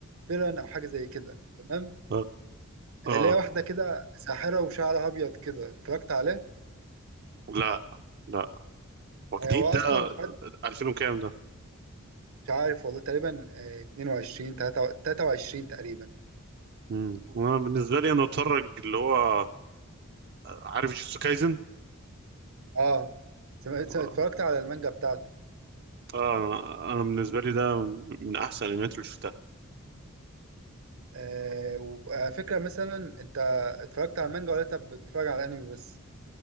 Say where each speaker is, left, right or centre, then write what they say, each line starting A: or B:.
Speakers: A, on the right; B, on the right.
A: فيران أو حاجة زي كده تمام
B: اه آه،
A: آه، ليها واحدة كده ساحرة وشعرها أبيض كده اتفرجت عليه
B: لا لا هو جديد
A: آه، هو
B: ده
A: أصلا خد
B: 2000 وكام ده
A: مش عارف والله تقريبا آه، 22 23 تقريبا
B: مم. انا بالنسبه لي انا بتفرج اللي هو آه، عارف جيتسو كايزن
A: اه سمعت-
B: اه
A: اتفرجت على المانجا بتاعته
B: آه، انا أنا بالنسبه لي ده من احسن الانميات اللي شفتها
A: آه وعلى فكرة مثلا انت اتفرجت على المانجا ولا انت بتتفرج على الانمي بس